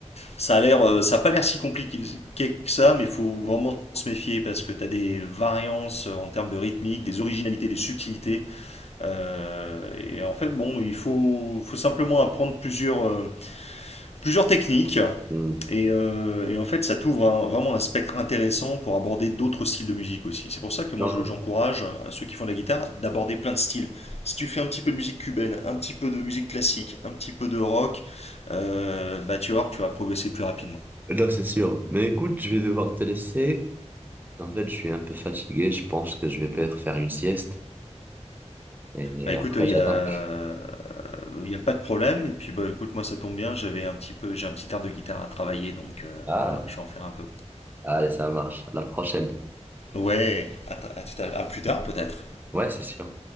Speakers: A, on the left; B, on the right.
A: ça a l'air, euh, ça a pas l'air si compliqué que ça, mais il faut vraiment se méfier parce que tu as des variances en termes de rythmique, des originalités, des subtilités. Euh, et en fait, bon, il faut, faut simplement apprendre plusieurs, euh, plusieurs techniques
B: Hmm.
A: et, euh, et en fait, ça t'ouvre un- vraiment un spectre intéressant pour aborder d'autres styles de musique aussi. C'est pour ça que moi,
B: Non,
A: je-
B: non.
A: j'encourage à ceux qui font de la guitare d'aborder plein de styles. Si tu fais un petit peu de musique cubaine, un petit peu de musique classique, un petit peu de rock, euh, bah tu vas voir que tu vas progresser plus rapidement.
B: Non, c'est sûr. Mais écoute, je vais devoir te laisser. En fait, je suis un peu fatigué. Je pense que je vais faire faire une sieste. Et
A: Bah écoute,
B: après,
A: il
B: j'attaque.
A: y a, euh, il y a pas de problème. Et puis bah écoute, moi ça tombe bien, j'avais un petit peu, j'ai un petit art de guitare à travailler, donc euh,
B: Ah,
A: voilà, je vais en faire un peu.
B: allez, ça marche. À la prochaine.
A: Ouais, à, t- à tout à- à plus tard peut-être.
B: Ouais, c'est sûr.